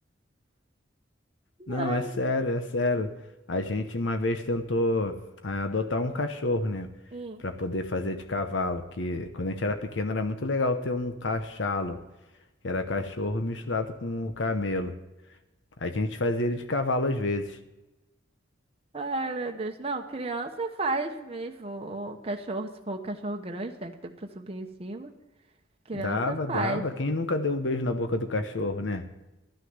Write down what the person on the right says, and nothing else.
Ai,
hum.
Ai, meu Deus. Não, criança faz mesmo. O cachorro, se for o cachorro grande, tem que ter pra subir em cima. Criança
faz.